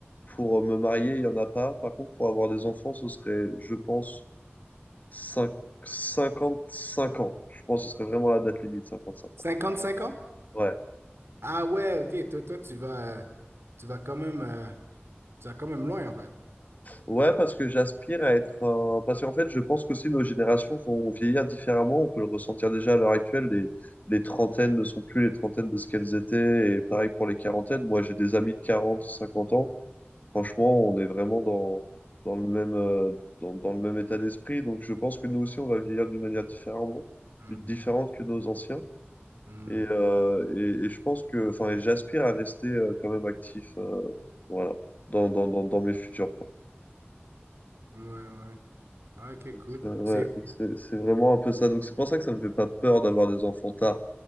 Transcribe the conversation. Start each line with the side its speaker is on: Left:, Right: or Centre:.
Left: pour euh, me marier, il n'y en a pas. Par contre, pour avoir des enfants, ce serait, je pense, 5, 55 ans. Je pense que ce serait vraiment la date limite, 55
Right: Cinquante,
Left: ans.
Right: cinq ans?
Left: Ouais.
Right: Ah ouais, ok, toi, toi tu vas, euh, tu vas quand même, euh, tu vas quand même loin en fait.
Left: Ouais, parce que j'aspire à être un... Parce qu'en fait, je pense qu'aussi nos générations vont vieillir différemment. On peut le ressentir déjà à l'heure actuelle. Les, les trentaines ne sont plus les trentaines de ce qu'elles étaient. Et pareil pour les quarantaines. Moi, j'ai des amis de 40, 50 ans. Franchement, on est vraiment dans, dans le même, euh, dans, dans le même état d'esprit. Donc, je pense que nous aussi, on va vieillir d'une manière différemment,
Right: Hmm,
Left: différente que nos anciens.
Right: hmm,
Left: Et, euh, et, et je pense que, enfin, et j'aspire à rester euh, quand même actif, euh, voilà, dans, dans, dans, dans mes futurs plans.
Right: Ouais, ouais. Ah, Ok,
Left: Donc,
Right: cool.
Left: c'est ouais,
Right: C'est,
Left: donc c'est- c'est vraiment un peu ça. Donc, c'est pour ça que ça me fait pas peur d'avoir des enfants tard.